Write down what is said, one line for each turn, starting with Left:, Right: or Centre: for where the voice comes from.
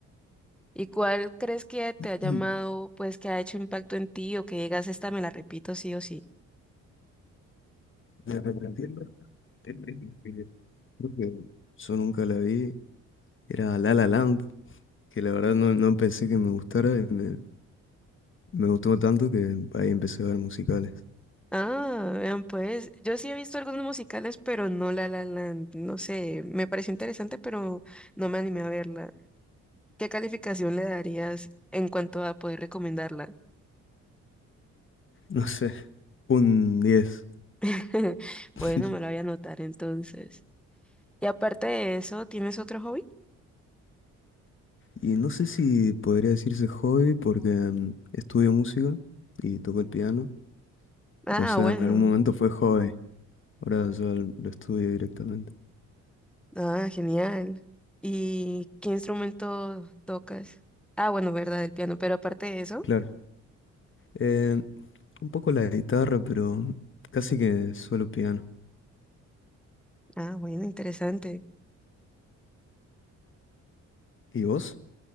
Centre: ¿y cuál crees que te
Left: <clears throat>
Centre: ha llamado, pues que ha hecho impacto en ti o que digas, esta me la repito sí o sí?
Left: De arrepentirme, eh, <clears throat> creo que yo nunca la vi, era La La Land, que la verdad no, no pensé que me gustara y me, me gustó tanto que ahí empecé a ver musicales. <laughs>
Centre: Ah, vean pues, yo sí he visto algunos musicales, pero no La La Land. No sé, me pareció interesante, pero no me animé a verla. ¿Qué calificación le darías en cuanto a poder recomendarla?
Left: No sé, Un diez
Centre: <laughs>
Left: <laughs>
Centre: Bueno, me la voy a anotar entonces. Y aparte de eso, ¿tienes otro hobby?
Left: Y no sé si podría decirse hobby porque mm, estudio música y toco el piano.
Centre: Ah,
Left: O sea,
Centre: bueno.
Left: en algún momento fue hobby. Ahora yo l- lo estudio directamente.
Centre: Ah, genial. ¿Y qué instrumento tocas? Ah, bueno, verdad, el piano. Pero aparte de eso,
Left: Claro. eh, un poco la guitarra, pero casi que solo piano.
Centre: ah, bueno, interesante.
Left: ¿Y vos?